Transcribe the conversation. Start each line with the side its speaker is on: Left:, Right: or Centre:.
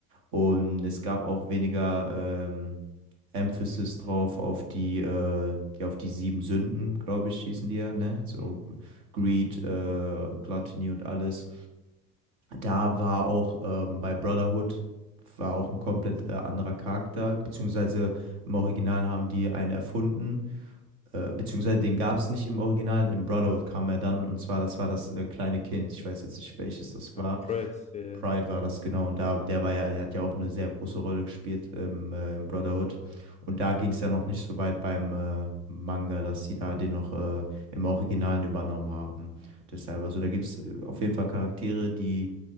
Right: Und es gab auch weniger ähm, Emphasis drauf auf die, äh, ja, auf die sieben Sünden, glaube ich, hießen die ja, ne? So
Left: Hm.
Right: G- Greed, äh, Gluttony und alles. Da war auch ähm, bei Brotherhood war auch ein komplett äh, anderer Charakter, beziehungsweise im Original haben die einen erfunden äh, beziehungsweise den gab es nicht im Original, im Brotherhood kam er dann und zwar, das war das äh, kleine Kind. Ich weiß jetzt nicht, welches das
Left: Ah,
Right: war.
Left: Pride. Yeah.
Right: Pride war das genau und da, der war ja, der hat ja auch eine sehr große Rolle gespielt ähm, äh, im Brotherhood und da ging es ja noch nicht so weit beim äh, Manga, dass sie da den noch äh, im Originalen übernommen haben. Deshalb, also da gibt es auf jeden Fall Charaktere, die